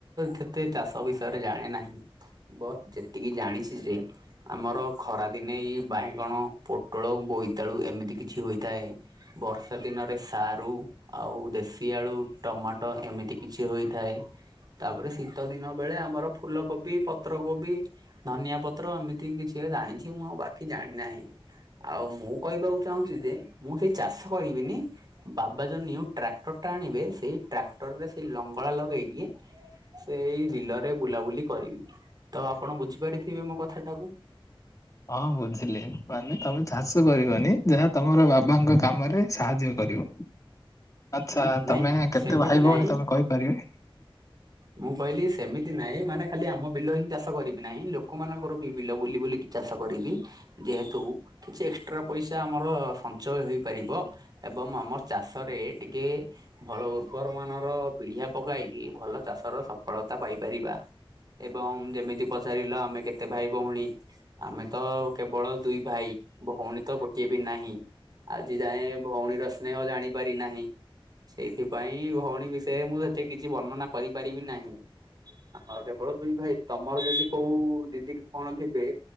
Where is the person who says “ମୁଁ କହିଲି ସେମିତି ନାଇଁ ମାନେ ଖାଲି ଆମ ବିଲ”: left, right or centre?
Right